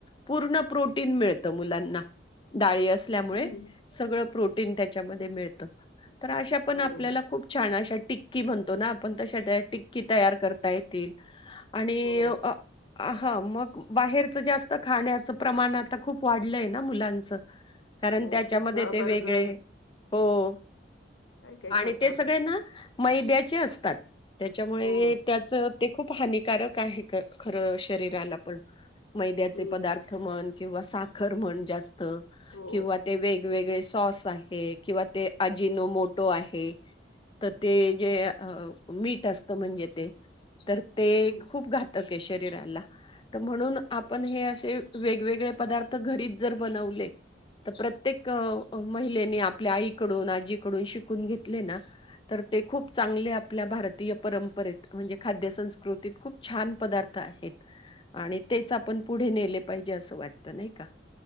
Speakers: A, on the left; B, on the left.
A: पूर्ण प्रोटीन मिळत मुलांना. डाळी अस ल्यामुळे
B: हं.
A: सगळं प्रो टीन त्याच्यामध्ये मिळत. तर अशा पण
B: हो
A: आपल्याला
B: बरोबर.
A: खूप छान अशा टिक्की म्हणतो ना आपण, तशा त्या टिक्की तयार करता ये तील. आणि
B: हो.
A: अ हा मग बाहेरच जास्त खाण्याचं प्रमाण आता खूप वाढलंय ना मुलांचं. कारण
B: हो.
A: त्याच्यामध्ये
B: पिझ्झा,
A: ते
B: बर्गर
A: वेगळे, हो
B: काय काय
A: आणि
B: खाता
A: ते
B: आता?
A: सगळे ना मैद्या चे असतात. त्याच्यामुळे
B: हो.
A: त्याच ते खूप हानिकारक आहे ख खरं शरीराला पण. मैद्याचे
B: हं.
A: पदार्थ म्हण किंवा साखर म्हण जास् त
B: हो.
A: किंवा ते वेगवेगळे सॉस आहे किंवा ते अजिनोमटो आहे तर ते जे मीठ असत म्हणजे ते तर ते
B: हं.
A: खूप घातक ये शरीराला म्हनून आपण हे अस ते वेगवेगळे पदार्थ घरीच जर बनवले तर प्रत्येक अ महिलेने आपल्या आईकडून आजीकडून शिकून घेतले ना तर ते खूप चांगले आपल्या भारतीय परंपरेत म्हणजे खाद्य संस्कृतीत खूप छान पदार्थ आहेत आणि तेच आपण ते पुढे नेले पाहिजे असं वाटत नाही का?